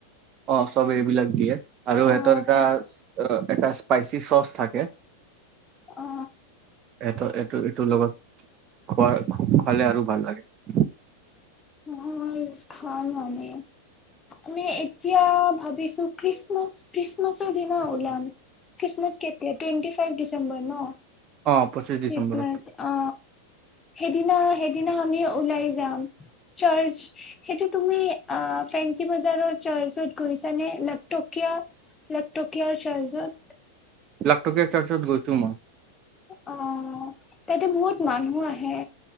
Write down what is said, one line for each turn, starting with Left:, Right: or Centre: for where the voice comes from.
Right: অ চব এইবিলাক দিয়ে আৰু সিহঁতৰ
Left: অ'
Right: এটা এটা স্পাইচি চচ থাকে
Left: অ
Right: টো এইটো এইটোৰ লগত খোৱা খালে আৰু ভাল লাগে
Left: আমি খাম আমি এতিয়া ভাবিছো খ্ৰীষ্টমাছ খ্ৰীষ্টমাছৰ দিনা ওলাম খ্ৰীষ্টমাছ কেতিয়া টুৱেন্টি ফাইভ ডেচম্বৰ ন
Right: অ পঁচিশ
Left: খ্ৰীষ্টমাছ
Right: ডিচেম্বৰত
Left: অ সেইদিনা সেইদিনা আমি ওলাই যাম চাৰ্চ সেইটো তুমি ফেনচি বজাৰৰ চাৰ্চত গৈছানে লাখটকীয়া লাখটকীয়া চাৰ্চত
Right: লাখটকীয়া চাৰ্চত গৈছো মই
Left: অ তাতে বহুত মানুহ আহে